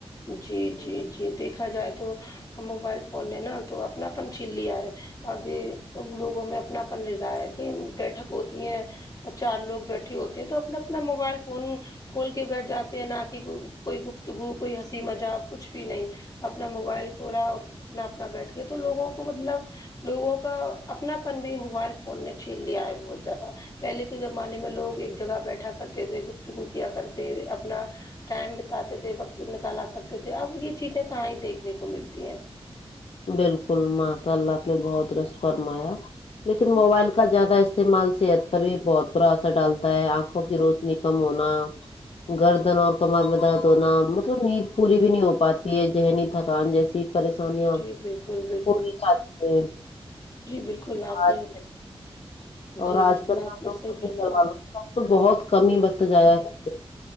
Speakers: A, on the left (about 35°); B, on the left (about 65°).
A: جی جی جی دیکھا جائے تو موبائل فون نے نا تو اپنا پن چھین لیا ہے آج ان لوگوں میں اپنا پن ردا یا کہ بیٹھک ہوتی ہے چار لوگ بیٹھے ہوتے ہیں تو اپنا اپنا موبائل فون کھول کے بیٹھ جاتے ہیں نہ کہ کوئی گفتگو کوئی ہنسی مذاق کچھ بھی نہیں اپنا موبائل کھولا اپنا اپنا بیٹھ کے تو لوگوں کو مطلب لوگوں کا اپنا پن بھی موبائل فون نے چھین لیا ہے بہت زیادہ پہلے کے زمانے میں لوگ ایک جگہ بیٹھا کرتے تھے گفتگو کیا کرتے اپنا ٹائم بتاتے تھے وقت نکالا کرتے تھے اب یہ چیزیں کہاں ہی دیکھنے کو ملتی ہیں
B: بالکل ماشا اللہ آپ نے بہت درست فرمایا لیکن موبائل کا زیادہ استعمال صحت پر بھی بہت برا اثر ڈالتا ہے آنکھوں کی روش نی کم ہونا گردن اور کمر میں درد ہونا مطلب نیند پوری بھی نہیں ہو پاتی ہے ذہنی تھکان جیسی پریشانیاں
A: جی بالکل بالکل
B: ہو ہی جاتی ہیں
A: جی بالکل آپ
B: آج
A: نے
B: اور
A: جی
B: آج
A: بالکل
B: کل
A: آپ
B: نہ
A: نے
B: لوگ
A: صحیح
B: اپنے
A: فرمایا
B: گھر والوں کے ساتھ تو بہت کم ہی وقت جایا کرتے